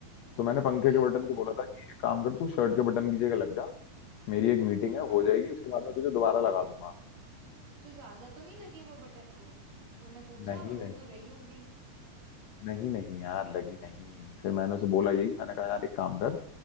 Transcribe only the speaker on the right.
फिर
हाँ
तो ज्यादा तो नहीं लगी वो बटन को तूने पूछा
और रो
तो रही होगी